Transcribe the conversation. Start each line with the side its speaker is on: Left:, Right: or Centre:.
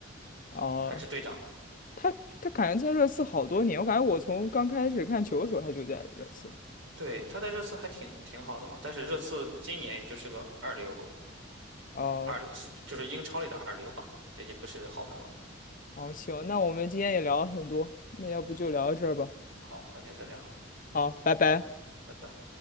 Left: 哦、
Right: 还是队长。
Left: 他他感觉在热刺好多年，我感觉我从刚开始看球的时候他就在热刺。
Right: 对，他在热刺还挺挺好的嘛，但是热刺今年也就是个二流，
Left: 哦、
Right: 二流是就是英超里的二流吧，这些不是豪门了。
Left: 哦，行，那我们今天也聊了很多，那要不就聊到这儿吧。
Right: 好，改天再聊，
Left: 好，拜拜。
Right: 拜拜。